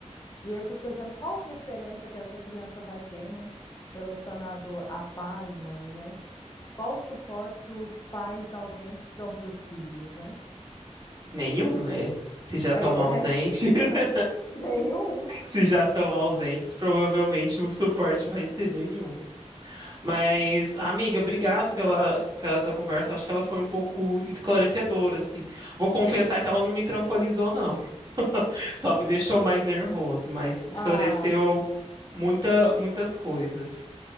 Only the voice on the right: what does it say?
Nenhum, né? Se já estão
ausentes,
<laughs>
se já estão ausentes, provavelmente o suporte vai ser nenhum. Mas, amiga, obrigado pela, pela essa conversa. Acho que ela foi um pouco esclarecedora, assim. Vou confessar que ela não me tranquilizou, não. <laughs> Só me deixou mais nervoso, mas esclareceu
muita, muitas coisas.